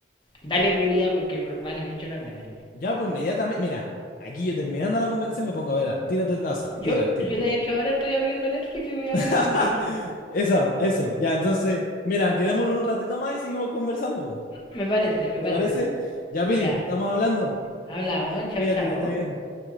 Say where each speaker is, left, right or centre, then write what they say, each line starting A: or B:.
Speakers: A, on the left; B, on the left.
A: dale prioridad porque va- vale mucho la pena.
B: Ya, pues inmediatamente. Mira, aquí yo terminando la conversación me pongo a ver al tiro Ted Lasso, al tiro,
A: Yo,
B: al tiro.
A: yo de hecho ahora estoy abriendo Netflix y voy a ver la
B: <laughs>
A: que me dijiste.
B: Eso, eso. Ya, entonces, mira, quedémonos un ratito más y seguimos conversando.
A: Me parece, me parece.
B: ¿Te parece? Ya, Pili,
A: Ya,
B: estamos hablando.
A: hablamos, chao,
B: Cuídate
A: chao.
B: que esté bien.